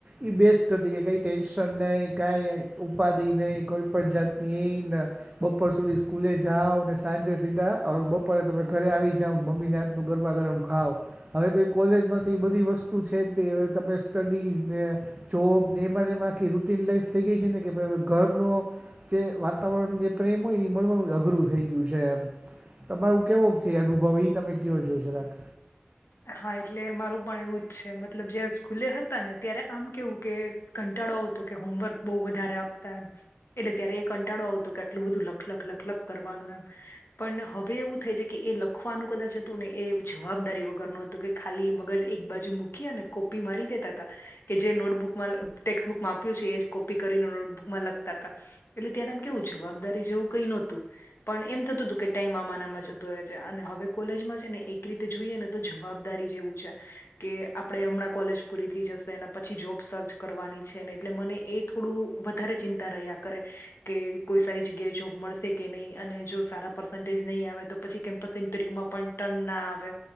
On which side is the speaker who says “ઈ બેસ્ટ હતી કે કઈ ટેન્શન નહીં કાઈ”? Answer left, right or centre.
Right